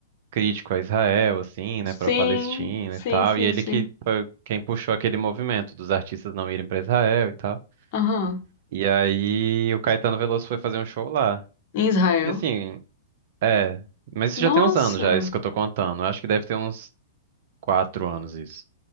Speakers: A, on the right; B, on the left.
A: crítico a Israel, assim,
B: Sim,
A: né, pra Palestina
B: sim,
A: e tal,
B: sim,
A: e ele
B: sim.
A: que foi quem puxou aquele movimento dos artistas não irem pra Israel e tal.
B: Aham.
A: E aí o Caetano Veloso foi fazer um show lá.
B: Em Israel.
A: E assim, é, mas isso
B: Nossa!
A: já tem uns anos já, isso que eu tô contando. Eu acho que deve ter uns quatro anos isso.